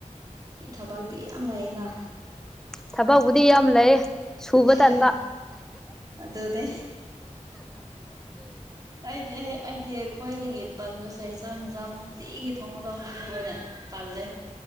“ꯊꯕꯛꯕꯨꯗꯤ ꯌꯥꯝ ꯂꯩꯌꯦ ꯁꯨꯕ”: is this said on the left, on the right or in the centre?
Centre